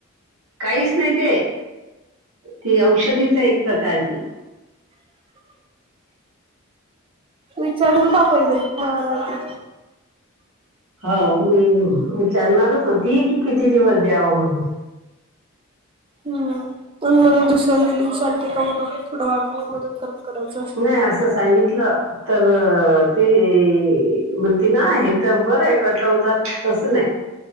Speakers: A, on the right; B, on the right.
A: काहीच नाही ते. ती औषधीच आहे, एक प्रकारची.
B: विचारून पाहा पहिले महाराज ला?
A: हो मी विचारणारच होती, की किती दिवस दयावं म्हणून.
B: हूं पण म्हन दुसऱ्या ल दिली चालते का म्हण थोडं <unintelligible>
A: नही
B: तर.
A: असं सांगितलं. तर ती म्हणती ना हे त बरं आहे कटवतात तसं नाही.